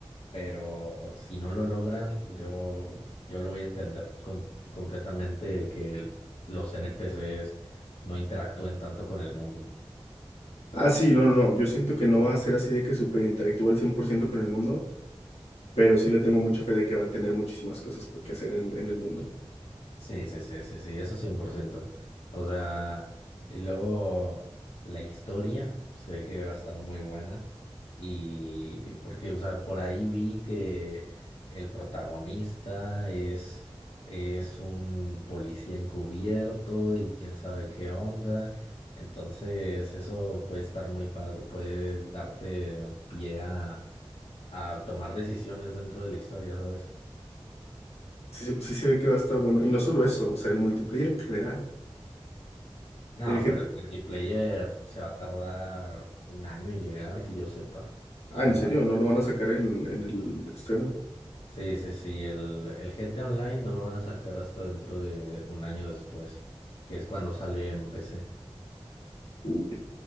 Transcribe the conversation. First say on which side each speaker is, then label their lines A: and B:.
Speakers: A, on the left (about 65°); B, on the left (about 80°).
A: pero si no lo logran yo, yo lo voy a entender con- completamente el que el- los NPCs no interactúen tanto con el mundo.
B: Ah, sí, no, no, no. Yo siento que no va a ser así de que súper interactivo al 100% con el mundo pero sí le tengo mucha fe de que va a tener muchísimas cosas pa- que hacer en, en el mundo.
A: Sí, sí, sí, sí, sí, eso 100%. O sea, y luego la historia se ve que va a estar muy buena. Y porque, o sea, por ahí vi que el protagonista es, es un policía encubierto y quién sabe qué onda. Entonces, eso puede estar muy padre, puede darte pie a, a tomar decisiones dentro de la historia, ¿sabes?
B: Sí, se sí se ve que va a estar bueno. Y no solo eso, o sea, el multiplayer en general.
A: No,
B: El
A: pero
B: GT...
A: el multiplayer se va a tardar un año en llegar, que yo sepa.
B: Ah,
A: Es
B: ¿en
A: lo
B: serio?
A: malo.
B: ¿No lo van a sacar en, en el estreno?
A: Sí, sí, sí. El, el GTA Online no lo van a sacar hasta dentro de un año después, que es cuando sale en PC.
B: Uy,